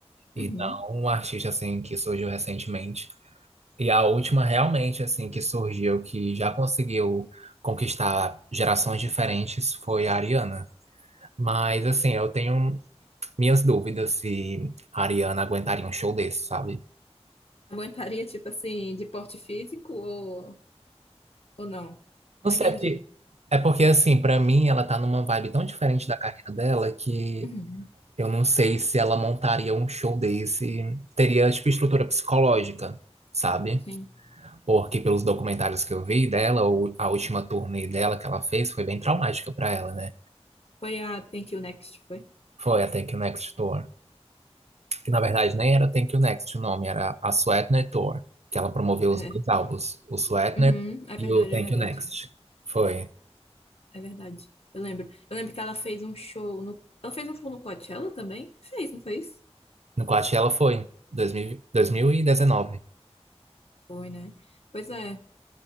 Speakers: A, on the right; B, on the left.
A: E
B: Uhum.
A: não um artista assim que surgiu recentemente. E a última realmente assim que surgiu que já conseguiu conquistar gerações diferentes foi a Ariana. Mas assim, eu tenho minhas dúvidas se a Ariana aguentaria um show desse, sabe?
B: Aguentaria, tipo assim, de porte físico ou, ou não?
A: Não
B: Não
A: sei,
B: entendi.
A: é porque é porque, assim, pra mim ela tá numa vibe tão diferente da carreira dela que
B: Uhum.
A: eu não sei se ela montaria um show desse, teria tipo estrutura psicológica, sabe?
B: Sim.
A: Porque pelos documentários que eu vi dela, o- a última turnê dela que ela fez foi bem traumática pra ela, né?
B: Foi a Thank You Next, foi?
A: Foi a Thank You Next Tour. Que na verdade nem era Thank You Next o nome, era a Sweatner Tour. Que ela promoveu os
B: É,
A: dois álbuns, o Sweatner
B: uhum, é
A: e
B: verdade,
A: o Thank
B: é verdade.
A: You Next. Foi.
B: É verdade. Eu lembro. Eu lembro que ela fez um show no. Ela fez um show no Coachella também? Fez, não fez?
A: No Coachella foi, 2000, 2019.
B: Foi, né? Pois é.